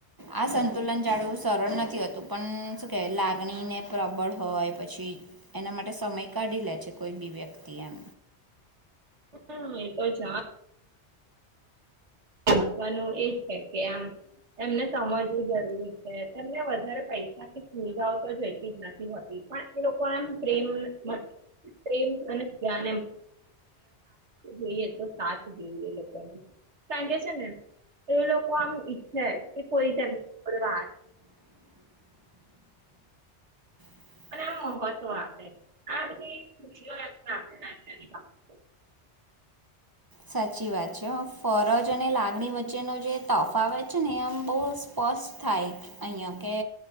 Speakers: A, on the right; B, on the right.
A: આ સંતુલન જાળવવું સરળ નથી હોતું પણ શું કહેવાય લાગણીને પ્રબળ હોય પછી એના માટે સમય કાઢી લે છે કોઈ બી વ્યક્તિ એમ
B: હમ એતો છે હ રાકવાનું એજ છે કે આમ એમને સમજવું જરૂરી છે તેમને વધારે પૈસા કે સુવિધાઓ તો જોઈતી જ નથી હોતી પણ એ લોકો એમ પ્રેમ મત પ્રમ અને ધ્યાન એમ જોઈએ તો સાથ જોઈએ લોકોની કારણ કે છે ને એ લોકો આમ ઈચ્છે કે કોઈ તેમની જોડે વાત
A: <inaudible>
B: અને મહત્વ આપે આ બધી ખુશીઓ એમને આપે નાની નાની બાબતો.
A: સાચી વાત છે ફરજ અને લાગણી વચ્ચેનો જે તોફાવ છે ને એ આમ બઉ સ્પ થાય અહીંયા કે